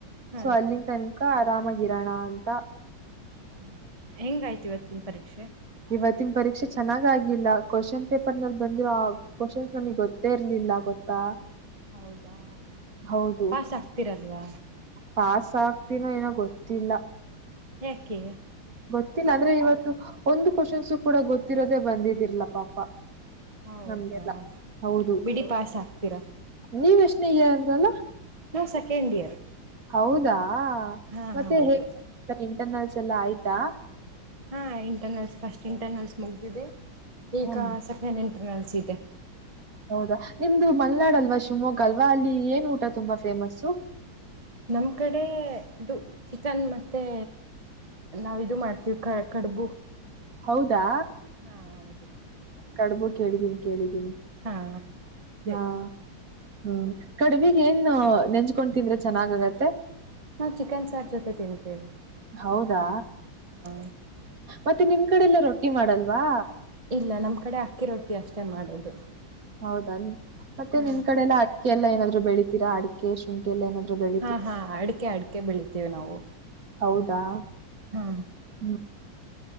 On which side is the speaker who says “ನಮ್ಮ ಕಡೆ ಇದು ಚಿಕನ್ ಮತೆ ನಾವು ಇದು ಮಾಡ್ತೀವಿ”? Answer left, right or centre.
Right